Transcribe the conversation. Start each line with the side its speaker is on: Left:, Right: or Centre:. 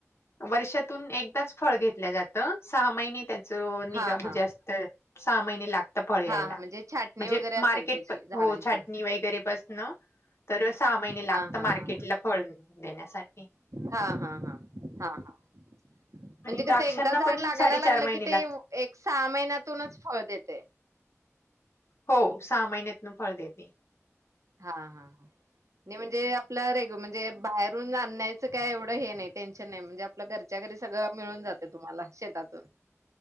Left: वर्षातून एकदाच फळ घेत लगात सहा महिने त्याच निगा
Right: हा
Left: म्हणजे
Right: हा
Left: असत सहा महिने लागत फळ
Right: हा
Left: यायला,
Right: हा म्हणजे छाटणी
Left: म्हणजे
Right: वगैरे असेल
Left: मार्केट
Right: त्याची झाडांची
Left: हो छाटणी वगैरेपसन तर सहा महिने लागत
Right: हा हा
Left: मार्केटला
Right: हा
Left: फळ देण्यासाठी.
Right: हा हा हा हा हा म्हणजे
Left: आणि
Right: कसं
Left: द्राक्षांना
Right: एकदा झाड
Left: पण
Right: लागायला
Left: साडेचार
Right: लागलं
Left: महिने
Right: की ते
Left: लागतात.
Right: एक सहा महिन्यातूनच फळ देते.
Left: हो सहा महिन्यातन फळ देते.
Right: हा हा ह नाही म्हणजे आपलं रेग म्हणजे बाहेरून आणण्यायचं काय एवढं हे नाही टेन्शन नाही. म्हणजे आपलं घरच्या घरी सगळं मिळून जाते तुम्हाला शेतातून.